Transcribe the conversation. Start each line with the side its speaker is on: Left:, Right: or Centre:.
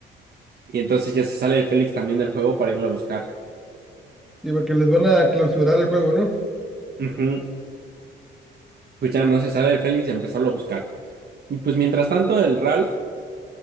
Right: Y entonces ya se sale el Félix también del juego para irlo a buscar.
Centre: Sí, porque les van a clausurar el juego, ¿no?
Right: Ujú. Pues ya
Centre: Sí,
Right: no se sale el Félix y empezarlo a buscar. Y pues mientras tanto, el Ralph